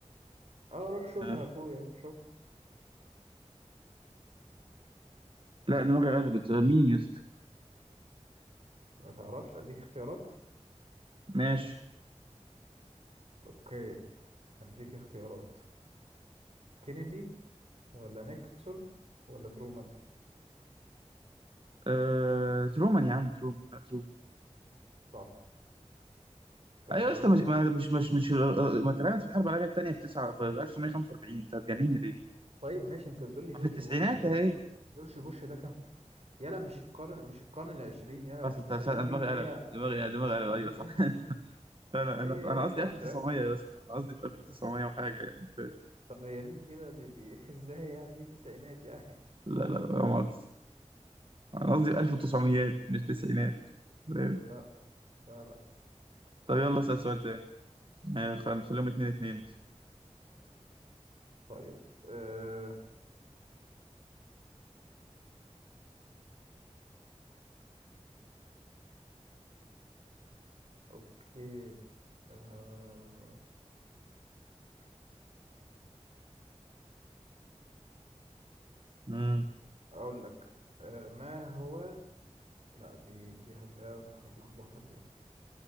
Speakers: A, on the right (about 60°); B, on the right (about 45°).
A: اه روح شوفها
B: آه.
A: يا اخويا روح شوفها
B: لا دماغي قلبت آه، مين يا اسطى
A: ما تعرفش اديك اختيارات
B: ماشي
A: اوكي هديك اختيارات كينيدي ولا نيكسون ولا ترومان
B: آه... ترومان يا عم ترومان لا ترومان
A: صح تاخد
B: ايوه يا
A: سؤال
B: اسطى
A: كمان
B: مش ما- مش مش مش آه، آه، ما اترمت في الحرب العالميه الثانيه في 9 في 1945 انت هتجنني ليه؟
A: طيب ماشي انت بتقول لي جورج
B: ما في التسعينات
A: بوش جورج
B: اهي
A: بوش جورج بوش ده كان في... يلا مش القرن مش القرن العشرين يلا
B: اصل
A: التسعينات
B: أنت- أنا
A: دي
B: دماغي
A: اللي هي
B: قلبت دماغي دماغي
A: التسعينات
B: قلبت
A: دي
B: ايوه
A: <laughs>
B: صح <laughs> لا لا
A: ايه
B: انا انا
A: يا اسطى
B: قصدي 1900
A: تركز
B: يا اسطى انا قصدي في 1900 وحاجه يعني فاهم
A: طب هي دي كده دي دي <laughs> ازاي يعني دي تسعينات يعني
B: لا لا لا مؤاخذه انا قصدي في 1900 مش تسعينات فاهم
A: لا لا لا
B: طب يلا اسال سؤال تاني آه، خل- نخليهم 2 2 مثلا
A: طيب آه اوكي آه
B: امم
A: اقول لك آه ما هو لا دي دي هتلاقيها بت- هتلخبطك دي